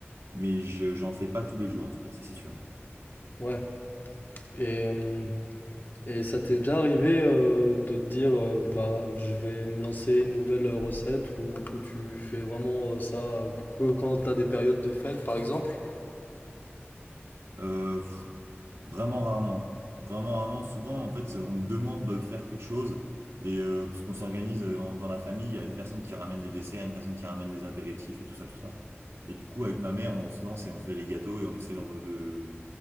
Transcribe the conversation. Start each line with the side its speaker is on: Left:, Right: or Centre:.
Right: mais je, j'en fais pas tous les jours, en tout cas, ça, c'est sûr.
Left: Ouais. Et, euh, Et ça t'est déjà arrivé euh, de te dire euh, bah je vais me lancer une nouvelle euh, recette ou, ou tu fais vraiment euh, ça euh, que quand t'as des périodes de fête par exemple?
Right: Euh, pff, vraiment rarement. Vraiment rarement. Souvent, en fait, on me demande de faire quelque chose. Et euh, parce qu'on s'organise euh, en- dans la famille, il y a une personne qui ramène les desserts, une personne qui ramène les apéritifs et tout ça, tout ça. Et du coup, avec ma mère, on se lance et on fait les gâteaux et on essaie d'en- de...